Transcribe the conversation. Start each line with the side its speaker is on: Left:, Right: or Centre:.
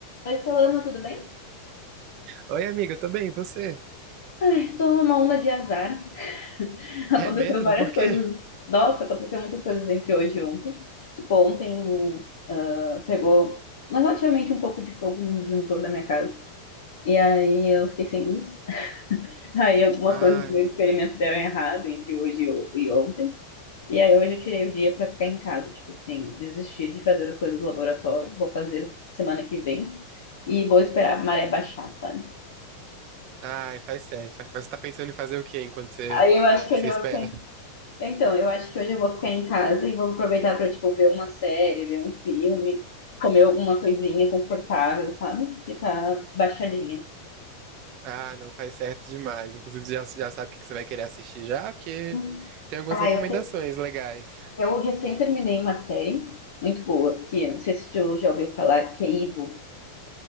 Left: Oi, Solano, tudo bem?
Right: Oi, amiga, eu tô bem, e você?
Left: <laughs> Estou numa onda de azar. <laughs> Aconteceu
Right: É mesmo?
Left: várias
Right: Por quê?
Left: coisas. Nossa, aconteceu muitas coisas entre hoje e ontem. Tipo, ontem ah, pegou relativamente um pouco de fogo no disjuntor da minha casa. E aí eu fiquei sem luz. <laughs> Aí algumas
Right: Ai,
Left: coisas do meu experimento deram errado entre hoje e o- e ontem. E aí hoje eu tirei o dia pra ficar em casa. Tipo assim, desistir de fazer as coisas do laboratório. Vou fazer semana que vem. E vou esperar a maré baixar, sabe?
Right: ai, faz certo. faz- Mas você tá pensando em fazer o quê enquanto você,
Left: Aí eu acho que eu
Right: você
Left: já
Right: espera?
Left: vou ficar Então, eu acho que hoje eu vou ficar em casa e vou aproveitar pra, tipo, ver uma série, ver um filme, comer alguma coisinha confortável, sabe? Ficar baixadinha.
Right: Ah, não, faz certo demais. Inclusive, você já, já sabe o que que você vai querer assistir já, porque
Left: Uhum.
Right: tem algumas
Left: Ah,
Right: recomendações
Left: eu, te-
Right: legais.
Left: eu recém terminei uma série muito boa, que eu não sei se tu já ouviu falar, que é Evil.